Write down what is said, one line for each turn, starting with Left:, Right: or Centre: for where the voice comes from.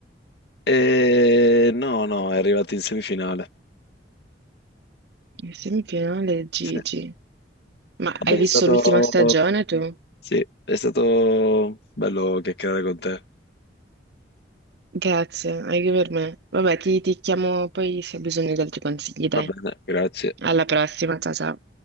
Left: Eh, no, no, è arrivato in semifinale.
Right: In semifinale, Gigi.
Left: Sì.
Right: Ma
Left: Vabbè,
Right: hai visto
Left: è stato,
Right: l'ultima stagione tu?
Left: sì, è stato bello chiacchierare con te.
Right: Grazie, anche per me. Vabbè, ti, ti chiamo poi se hai bisogno di altri consigli, dai.
Left: Va bene, grazie.
Right: Alla prossima, ciao ciao.